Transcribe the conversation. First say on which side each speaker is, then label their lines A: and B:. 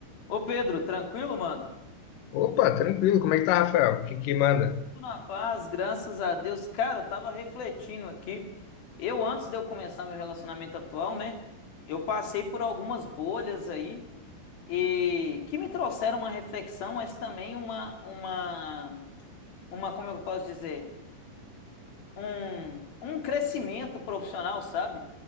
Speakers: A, on the left; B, on the left.
A: Ô Pedro, tranquilo, mano?
B: Opa, tranquilo. Como é que tá, Rafael? O que que manda?
A: Tudo na paz, graças a Deus. Cara, eu tava refletindo aqui. Eu, antes de eu começar meu relacionamento atual, né? Eu passei por algumas bolhas aí e que me trouxeram uma reflexão, mas também uma, uma, uma, como eu posso dizer? um, um crescimento profissional, sabe?